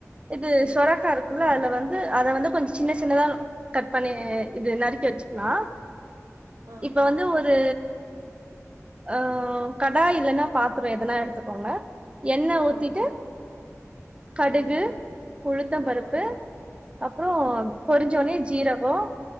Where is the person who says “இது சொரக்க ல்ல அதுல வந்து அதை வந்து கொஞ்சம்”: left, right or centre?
Right